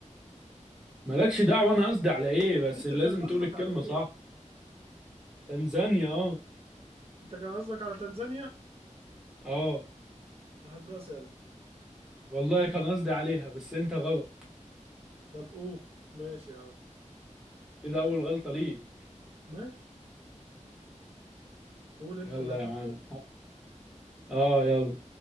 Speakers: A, in the centre; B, on the right.
A: مالكش دعوة انا قصدي على ايه بس
B: أنت
A: لازم
B: كان قصدك
A: تقول الكلمة
B: على إيه؟
A: صح تنزانيا اه
B: أنت كان قصدك على تنزانيا؟
A: اه
B: أنت هجاص يالا
A: والله كان قصدي عليها بس انت غلط
B: طب قول ماشي يا عم
A: كده اول غلطة ليك
B: ماشي قول أنت
A: يلا
B: اللي هتبدأ
A: يا عم اه يلا